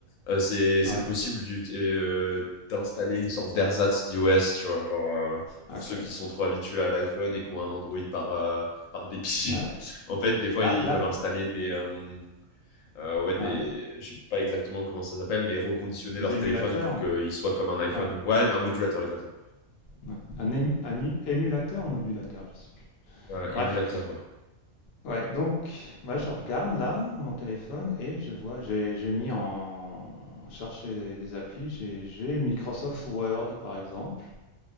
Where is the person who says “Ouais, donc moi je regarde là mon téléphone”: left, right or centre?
Left